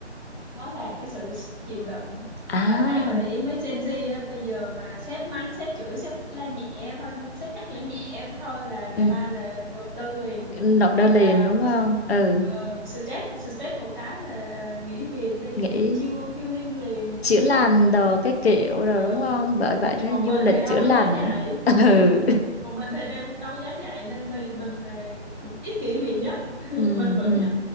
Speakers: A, on the left; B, on the left.
A: nó là cái sự chịu đựng
B: à
A: và thấy bà để ý mấy Gen Z á, bây giờ mà sếp mắng sếp chửi sếp la nhẹ thôi sếp nhắc nhở nhẹ thôi là ngày
B: ừ.
A: mai là nộp đơn liền
B: nộp đơn
A: hoặc là
B: liền đúng không ừ
A: ờ, stress stress một cái là ờ, nghỉ việc đi
B: nghĩ
A: chill healing liền
B: chữa
A: chữa
B: lành
A: lành liền
B: đồ các kiểu rồi
A: ừ
B: đúng không bởi vậy nó
A: còn
B: du
A: mình
B: lịch
A: thì đâu
B: chữa
A: có
B: lành
A: dám dạy
B: đó <laughs> ừ
A: còn mình thì đem đâu dám dạy nên mình mình là ít nghỉ việc nhất <laughs>
B: ừ
A: mình vẫn
B: ừ
A: nhất